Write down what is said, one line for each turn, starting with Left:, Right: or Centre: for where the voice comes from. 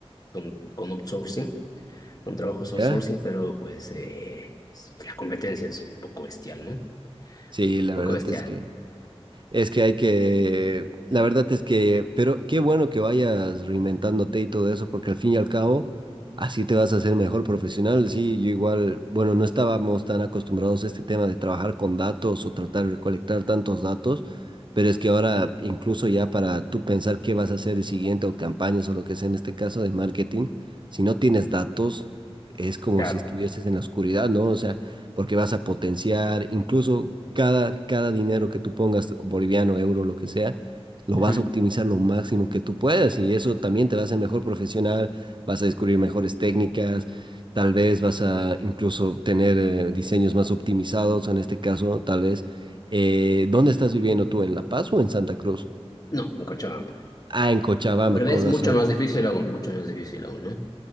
Left: con, con outsourcing, con trabajos outsourcing,
Right: ya,
Left: pero pues eh, la competencia es un poco bestial, ¿no? Un
Right: sí, la
Left: Poco
Right: verdad
Left: bestial.
Right: es que... Es que hay que, la verdad es que, pero qué bueno que vayas reinventándote y todo eso, porque al fin y al cabo, así te vas a hacer mejor profesional. Sí, yo igual, bueno, no estábamos tan acostumbrados a este tema de trabajar con datos o tratar de recolectar tantos datos, pero es que ahora incluso ya para tú pensar qué vas a hacer el siguiente o campañas o lo que sea en este caso de marketing, si no tienes datos, es como
Left: Claro.
Right: si estuvieses en la oscuridad, ¿no? O sea, porque vas a potenciar incluso cada, cada dinero que tú pongas, boliviano, euro, lo que sea, lo
Left: Ujú.
Right: vas a optimizar lo máximo que tú puedas y eso también te va a hacer mejor profesional, vas a descubrir mejores técnicas, tal vez vas a incluso tener eh, diseños más optimizados, en este caso, tal vez. eh, ¿dónde estás viviendo tú? ¿En La Paz o en Santa Cruz?
Left: No, en Cochabamba.
Right: Ah, en Cochabamba,
Left: Pero ves,
Right: con razón.
Left: mucho más difícil aún, mucho más difícil aún, ¿no?